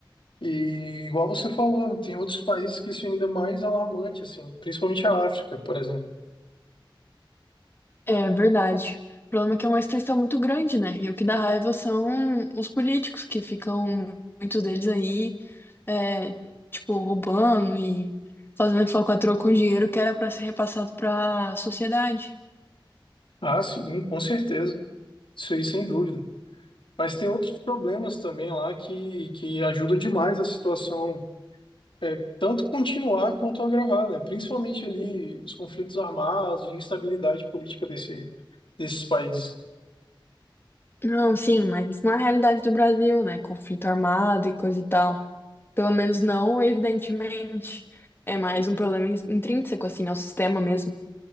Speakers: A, on the left; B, on the left.
A: E igual você falou, tem outros países que isso é ainda mais alarmante, assim, principalmente a África, por exemplo.
B: É verdade. O problema é que é uma restrição muito grande, né? E o que dá raiva são os políticos que ficam, muitos deles aí, é, tipo, roubando e fazendo falcatrua com dinheiro que era para ser repassado para a sociedade.
A: Ah, sim, com certeza. Isso aí, sem dúvida. Mas tem outros problemas também lá que, que ajudam demais a situação é, tanto continuar quanto agravar, né? Principalmente ali os conflitos armados e instabilidade política desse, desses países.
B: Não, sim, mas isso não é a realidade do Brasil, né? Conflito armado e coisa e tal. Pelo menos não, evidentemente. É mais um problema in- intrínseco, assim, ao sistema mesmo.